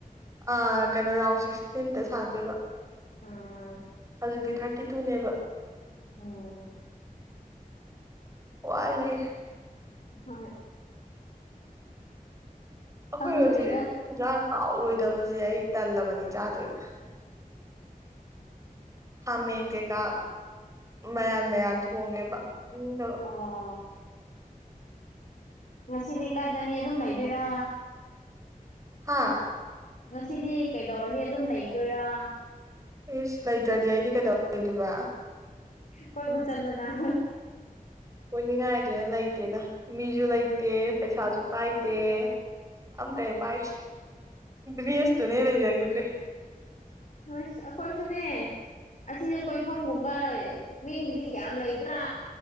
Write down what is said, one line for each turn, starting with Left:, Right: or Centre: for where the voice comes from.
Right: ꯑ ꯀꯩꯅꯣ ꯔꯥꯎꯟ ꯁꯤꯛꯁꯇꯤꯟꯗ ꯁꯥꯟꯗꯣꯏꯕ
Left: ꯑꯥꯝ
Right: ꯍꯧꯖꯤꯛꯇꯤ ꯊꯥꯔꯇꯤ ꯇꯨꯅꯦꯕ
Left: ꯎꯝ꯫
Right: ꯋꯥꯠꯂꯤ꯫
Left: ꯍꯣꯏ꯫
Right: ꯑꯩꯈꯣꯏ
Left: ꯈꯪꯗ꯭ꯔꯤꯗ
Right: ꯉꯁꯤ ꯍꯟꯖꯥꯡ ꯍꯥꯎꯔꯣꯏꯗꯕꯁꯦ ꯑꯩ ꯇꯜꯂꯕꯅꯤ꯫ ꯀꯩ ꯆꯥꯗꯨꯏꯕ꯫ ꯈꯥꯃꯦꯟ ꯀꯩꯀꯥ ꯃꯌꯥꯟ ꯃꯌꯥꯟ ꯊꯣꯡꯉꯦꯕ ꯆꯥꯅꯤꯡꯗꯕ꯫
Left: ꯑ ꯉꯁꯤꯗꯤ ꯀꯥꯏ ꯆꯅꯤ ꯑꯗꯨꯝ ꯂꯩꯗꯣꯏꯔꯥ꯫
Right: ꯍꯥꯥ
Left: ꯉꯁꯤꯗꯤ ꯀꯩꯗꯧꯔꯅꯤ ꯑꯗꯨꯝ ꯂꯩꯒꯗꯣꯏꯔꯥ꯫
Right: ꯏꯁꯁ ꯂꯩꯇ꯭ꯔꯗꯤ ꯑꯩꯗꯤ ꯀꯩꯗꯧꯔ ꯂꯩꯗꯨꯏꯕ ꯫
Left: ꯀꯣꯏꯕ ꯆꯠꯂꯨ ꯅꯪ
Right: ꯀꯣꯏꯅꯤꯡꯉꯥꯏꯖꯦ ꯂꯩꯇꯦꯗ ꯃꯤꯁꯨ ꯂꯩꯇꯦ ꯄꯩꯁꯥꯁꯨ ꯄꯥꯏꯗꯦ꯫ ꯑꯝꯇ ꯍꯦꯛ ꯄꯥꯏꯗꯦ ꯗꯤꯁꯇꯨꯅ ꯍꯦꯟꯅꯥ ꯂꯩꯖꯈꯤꯗ꯭ꯔꯦ꯫
Left: ꯍꯨꯁ ꯑꯩꯈꫭꯏꯁꯨꯅꯦ꯫ ꯑꯁꯤꯗ ꯀꯣꯏꯐꯝꯒꯨꯝꯕ ꯃꯤꯡꯒꯤꯗꯤ ꯌꯥꯝ ꯂꯩꯇ꯭ꯔꯥ꯫